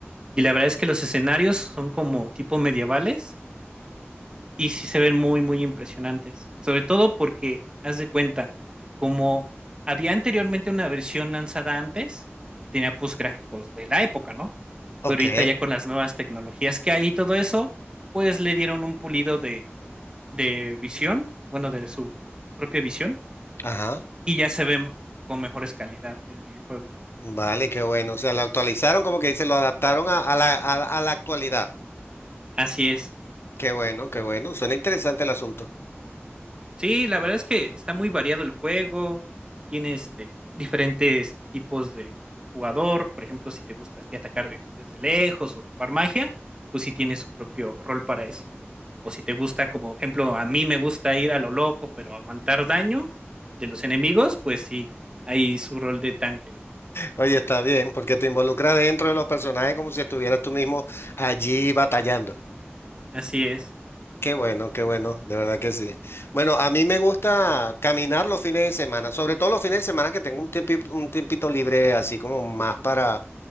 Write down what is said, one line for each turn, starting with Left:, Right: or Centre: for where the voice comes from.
Right: Y la verdad es que los escenarios son como tipo medievales y sí se ven muy, muy impresionantes. Sobre todo porque, haz de cuenta, como había anteriormente una versión lanzada antes, tenía pues gráficos de la época, ¿no?
Left: Ok,
Right: Pero ahorita ya con las nuevas tecnologías que hay y todo eso, pues le dieron un pulido de, de visión, bueno, de su propia visión,
Left: ajá,
Right: y ya se ven con mejores calidad el videojuego.
Left: vale, qué bueno, o sea, lo actualizaron, como que dice, lo adaptaron a, a la, a a la actualidad.
Right: Así es.
Left: Qué bueno, qué bueno, suena interesante el asunto.
Right: Sí, la verdad es que está muy variado el juego, tiene este, diferentes tipos de jugador, por ejemplo, si te gusta a ti atacar de- desde lejos o ocupar magia, pues sí tiene su propio rol para eso. O si te gusta, como ejemplo, a mí me gusta ir a lo loco, pero aguantar daño de los enemigos, pues sí, hay su rol de tanque.
Left: Oye, está bien, porque te involucras dentro de los personajes como si estuvieras tú mismo allí batallando.
Right: Así es.
Left: Qué bueno, qué bueno, de verdad que sí. Bueno, a mí me gusta caminar los fines de semana, sobre todo los fines de semana que tengo un tiempi- un tiempito libre, así como más para,